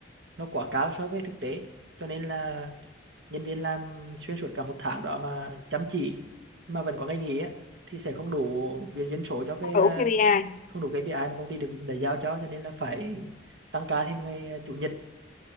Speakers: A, on the right (about 75°); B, on the left (about 45°).
A: nó quá cao so với thực tế, cho nên là nhân viên làm xuyên suốt cả một tháng đó mà chăm chỉ mà vẫn có ngày nghỉ á, thì sẽ không đủ viên dân số cho cái
B: không đủ
A: ờ,
B: KPI
A: không đủ cái KPI mà công ty được đã giao cho cho nên là phải tăng ca thêm ngày ờ, chủ nhật